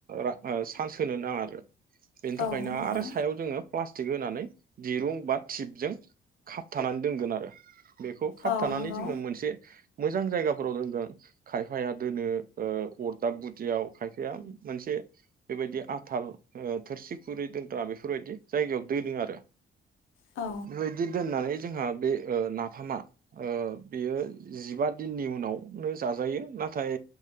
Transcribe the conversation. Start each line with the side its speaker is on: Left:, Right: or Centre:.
Right: रा सान्स होनो नाङा आरो। बेनि थाखायनो
Left: औ नंगौ
Right: आरो सायाव जोङो प्लास्टिक होनानै दिरुं बा टिपजों खाबथानानै दोनगोन आरो बेखौ खाबथानानै
Left: औ नंगौ
Right: जोङो मोनसे मोज जां जायगाफोराव दोनगोन खायफाया दोनो अरदाब गुदियाव खायफाया मोनसे बेबायदि आथाल थोरसि खुरै दोनग्रा बेफोरबायदि जायगायाव दोनो आरो
Left: औ
Right: बेबायदि दोननानै जोंहा बे ओ नाफामा ओ बेयो जिबा दिननि उनाव नो जा जायो नाथाय